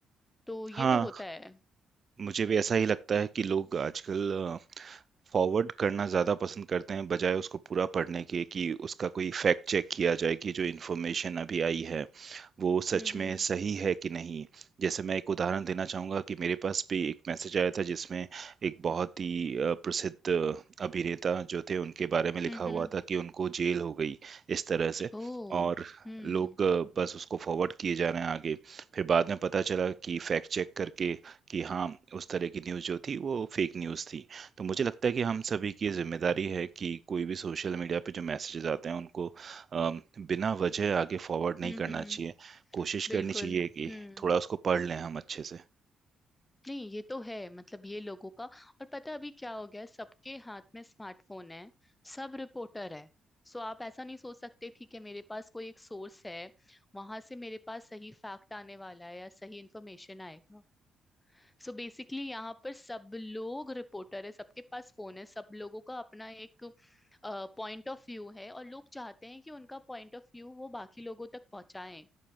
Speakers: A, on the left; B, on the right.
A: तो ये
B: हाँ,
A: तो होता है
B: मुझे भी ऐसा ही लगता है कि लोग आजकल फॉरवर्ड करना ज़्यादा पसंद करते हैं बजाय उसको पूरा पढ़ने के कि उसका कोई फैक्ट चेक किया जाए कि जो इन्फॉर्मेशन अभी आई है वो सच
A: हम्म हम्म
B: में सही है कि नहीं जैसे मैं एक उदाहरण देना चाहूँगा कि मेरे पास भी एक मैसेज आया था जिसमें एक बहुत ही अ, प्रसिद्ध अ, अभिनेता जो थे उनके बारे में लिखा
A: हम्म
B: हुआ
A: हम्म
B: था कि उनको जेल हो गई इस तरह से
A: ओह
B: और
A: हम्म
B: लोग अ, बस उसको फॉरवर्ड किए जा रहे हैं आगे फिर बाद में पता चला कि फैक्ट चेक करके कि हाँ उस तरह की न्यूज़ जो थी वो फेक न्यूज़ थी तो मुझे लगता है कि हम सभी की ये जिम्मेदारी है कि कोई भी सोशल मीडिया पे जो मैसेजेस आते हैं उनको अम, बिना वजह आगे फॉरवर्ड नहीं
A: हम्म
B: करना
A: हम्म
B: चाहिए कोशिश
A: बिल्कुल
B: करनी चाहिए कि
A: हम्म
B: थोड़ा उसको पढ़ लें हम अच्छे से
A: नहीं ये तो है मतलब ये लोगों का और पता है अभी क्या हो गया है सबके हाथ में स्मार्टफोन है सब रिपोर्टर है सो आप ऐसा नहीं सोच सकते ठीक है मेरे पास कोई एक सोर्स है वहां से मेरे पास सही फैक्ट आने वाला है या सही इंफॉर्मेशन आएगा सो बेसिकली यहाँ पर सब लोग रिपोर्टर है सबके पास फोन है सब लोगों का अपना एक पॉइंट ऑफ व्यू है और लोग चाहते हैं कि उनका पॉइंट ऑफ व्यू वो बाकी लोगों तक पहुंचाएं